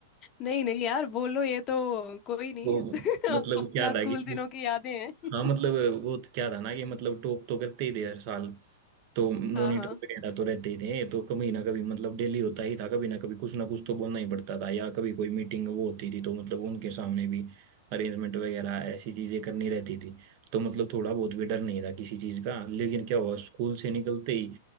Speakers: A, on the left; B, on the right.
A: नहीं नहीं यार बोलो ये तो कोई नहीं
B: तो
A: <laughs>
B: मतलब
A: अपना
B: क्या था
A: स्कूल
B: कि
A: दिनों की यादें हैं
B: हाँ मतलब वो तो क्या था ना कि मतलब टॉप तो करते ही थे हर साल तो मॉनिटर
A: <laughs> हाँ हाँ
B: वगैरह तो रहते ही थे तो कभी ना कभी मतलब डेली होता ही था कभी ना कभी कुछ ना कुछ तो बोलना ही पड़ता था या कभी कोई मीटिंग वो होती थी तो मतलब उनके सामने भी अरेंजमेंट वगैरह ऐसी चीजें करनी रहती थी तो मतलब थोड़ा बहुत भी डर नहीं था किसी चीज का लेकिन क्या हुआ स्कूल से निकलते ही